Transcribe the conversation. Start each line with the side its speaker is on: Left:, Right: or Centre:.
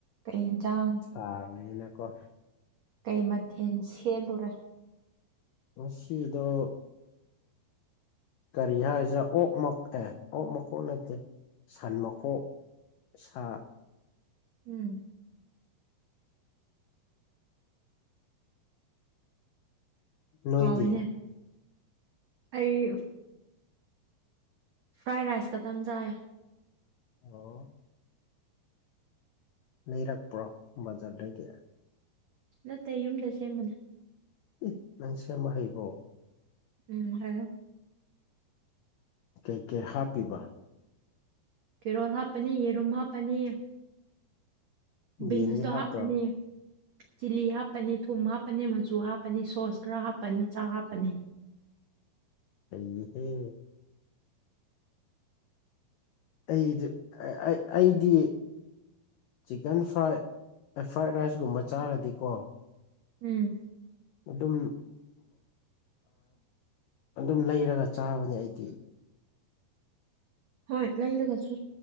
Right: ꯀꯩ ꯏꯟꯖꯥꯡ
Left: ꯁꯥꯔꯃꯤꯅꯀ‌ꯣ
Right: ꯀꯩ ꯃꯊꯦꯟ ꯁꯦꯜꯂꯨꯔ‌ꯦ
Left: ꯉꯁꯤꯗ‌ꯣ ꯀꯔꯤ ꯍꯥꯏꯁꯤꯔ ꯑꯣꯛ ꯃꯛ ꯑꯦ ꯑꯣꯛ ꯃꯀꯣꯛ ꯅꯠꯇꯦ ꯁꯟ ꯃꯀꯣꯛ ꯁꯥ
Right: ꯎꯝ
Left: ꯅꯣꯏꯗꯤ
Right: ꯍꯥꯎꯋꯤꯅꯦ ꯑꯩ ꯐ꯭ꯔꯥꯏ ꯔꯥꯏꯁ ꯈꯛꯇꯪ ꯆꯥꯏꯌꯦ
Left: ꯑꯣ ꯂꯩꯔꯛꯄ꯭ꯔꯣ ꯕꯖꯔꯗꯒꯤ
Right: ꯅꯠꯇꯦ ꯌꯨꯝꯗ ꯁꯦꯝꯕꯅꯦ
Left: ꯑꯦ ꯅꯪꯁꯤ ꯑꯃ ꯍꯩꯕꯔꯣ
Right: ꯎꯝ ꯍꯩ
Left: ꯀꯩ ꯀꯩ ꯍꯥꯞꯄꯤꯕ
Right: ꯀꯦꯔꯣꯜ ꯍꯥꯞꯄꯅꯤ ꯌꯦꯔꯨꯝ ꯍꯥꯞꯄꯅꯤ ꯕꯤꯟꯁꯨ
Left: ꯌꯦꯟꯗꯤ ꯍꯥꯞꯇ꯭ꯔꯣ
Right: ꯍꯥꯞꯄꯅꯤ ꯆꯤꯂꯤ ꯍꯥꯞꯄꯅꯤ ꯊꯨꯝ ꯍꯥꯞꯄꯅꯤ ꯃꯆꯨ ꯍꯥꯞꯄꯅꯤ ꯁꯣꯁ ꯈꯔ ꯍꯥꯞꯄꯅꯤ ꯆꯥꯛ ꯍꯥꯞꯄꯅꯤ
Left: ꯍꯩꯍꯦ ꯑꯩꯗꯤ ꯑꯩꯗꯤ ꯆꯤꯛꯀꯟ ꯐ꯭ꯔꯥꯏ ꯑꯦ ꯐ꯭ꯔꯥꯏꯠ ꯔꯥꯏꯁꯀꯨꯝꯕ ꯆꯥꯔꯗꯤꯀꯣ
Right: ꯎꯝ
Left: ꯑꯗꯨꯝ ꯑꯗꯨꯝ ꯂꯩꯔꯒ ꯆꯥꯕꯅꯦ ꯑꯩꯗꯤ
Right: ꯍꯣꯏ ꯂꯩꯔꯒꯁꯨ